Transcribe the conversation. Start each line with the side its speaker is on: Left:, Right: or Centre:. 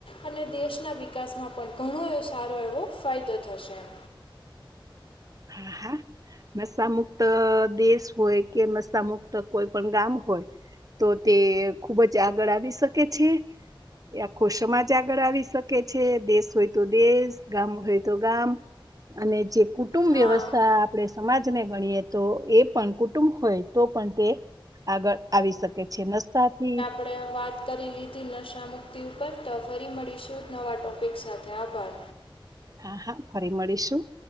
Left: અને દેશના વિકાસમાં પણ ઘણો એવો સારો એવો ફાયદો થશે એમ.
Right: હા હા નશામુક્ત દેશ હોય કે નશામુક્ત કોઈ પણ ગામ હોય તો તે ખુબ જ આગળ આવી શકે છે. એ આખો સમાજ આગળ આવી શકે છે દેશ હોય તો દેશ ગામ હોય તો ગામ અને જે કુ ટુંબ
Left: હા
Right: વ્યવસ્થા આપણે સમાજને ગણીએ તો એ પણ કુટુંબ હોય તો પણ તે આગળ આવી શકે છે નસ્તાથી
Left: આપડે વાત કરી લીધી નશા મુક્તિ ઉપર તો ફરી મળીશું નવા ટોપિક સાથે આભાર.
Right: હા હા ફરી મળીશું.